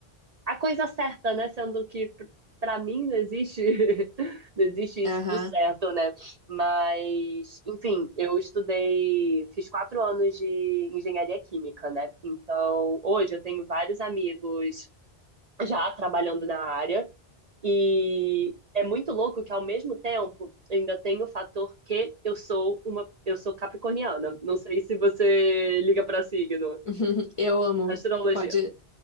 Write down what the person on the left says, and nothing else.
Aham.
<laughs> Eu amo.
Pode.